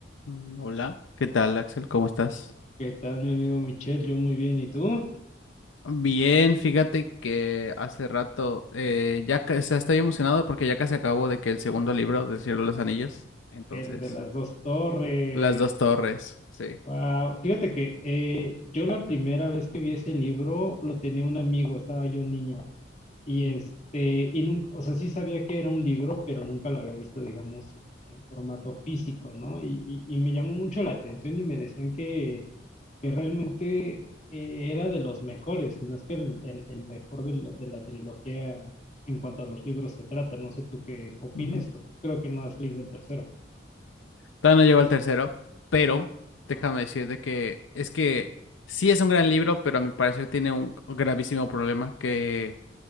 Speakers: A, on the left (about 80°); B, on the left (about 35°).
A: Mm, Hola, ¿qué tal, Axel? ¿Cómo estás?
B: ¿Qué tal, mi amigo Michel? Yo muy bien, ¿y tú?
A: Bien, fíjate que hace rato eh, ya ca- o sea, estoy emocionado porque ya casi acabo de que el segundo libro de Cielo de los Anillos, entonces,
B: El de las dos torres.
A: Las dos torres, sí.
B: Wow. Fíjate que eh, yo la primera vez que vi ese libro lo tenía un amigo, estaba yo niño, y
A: Ujú,
B: este, y nunca, o sea, sí sabía que era un libro, pero nunca lo había visto, digamos, en, en formato físico, ¿no? Y, y- y me llamó mucho la atención y me decían que que realmente eh, era de los mejores, si no es que el, el- el mejor de la, de la trilogía en cuanto a los libros se trata. No sé tú qué opines,
A: ujú.
B: creo que no has leído el tercero.
A: Todavía no llego al tercero, pero
B: Ajá,
A: déjame decirte que es que sí es un gran libro, pero a mi parecer tiene un gravísimo problema que